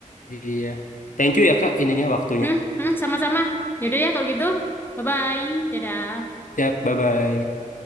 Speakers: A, on the left; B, on the left.
A: iya thank you ya kak ininya waktunya
B: Hmm, hmm, sama-sama. Yaudah ya kalau gitu. Bye-bye. Dadah.
A: ya bye bye